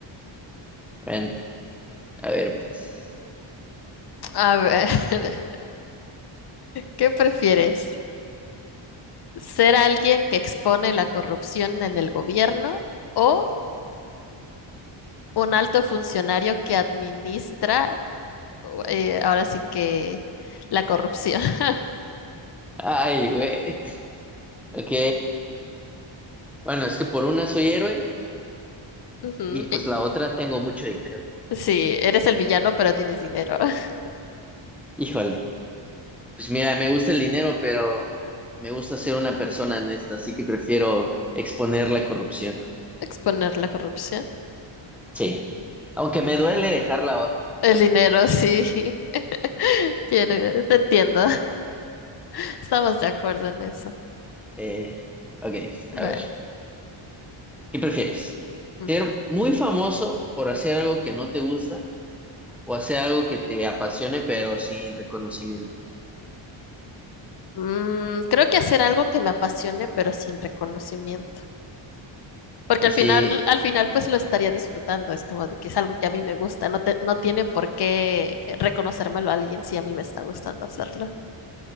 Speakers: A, in the centre; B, on the left (about 50°).
A: bueno, a ver pues.
B: A ver, <laughs> ¿qué prefieres? ¿Ser alguien que expone la corrupción en el gobierno o un alto funcionario que administra eh, ahora sí que la corrupción. <laughs>
A: Ay, güey. Ok, bueno, es que por una soy héroe
B: Ujú,
A: y pues
B: y-
A: la otra tengo mucho dinero.
B: Sí, eres el villano, pero tienes dinero. <laughs>
A: Híjole. Pues mira, me gusta el dinero, pero me gusta ser una persona honesta, así que prefiero exponer la corrupción.
B: Exponer la corrupción.
A: Sí, aunque
B: Mm.
A: me duele dejar la otra.
B: El dinero, sí. <laughs> Tiene, te entiendo. <laughs> Estamos de acuerdo en eso.
A: Eh, ok,
B: Vale.
A: a ver, ¿qué prefieres?
B: Ujú.
A: ¿Ser muy famoso por hacer algo que no te gusta o hacer algo que te apasione pero sin reconocimiento?
B: Mm, creo que hacer algo que me apasione, pero sin reconocimiento. Porque
A: Así,
B: al final, al final, pues lo estaría disfrutando. Es como de que es algo que a mí me gusta. No te- no tiene por qué reconocérmelo a alguien si a mí me está gustando hacerlo.